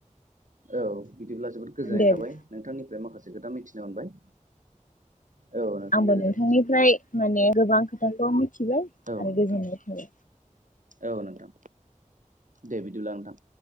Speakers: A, on the right; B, on the left.
A: औ बिदिब्ला जोबोद गोजोननाय
B: दे
A: थाबाय
B: दे
A: नोंथांनिफ्राय माखासे खोथा मिथिनो मोनबाय औ नोंथां
B: आंबो
A: दे गोजोनथोंसै
B: नोंथांनिफ्राय माने गोबां खोथाखौ मिथिबाय
A: औ
B: आरो
A: नोंथां
B: गोजोननाय थाबाय
A: औ नोंथां दे बिदिब्ला नोंथां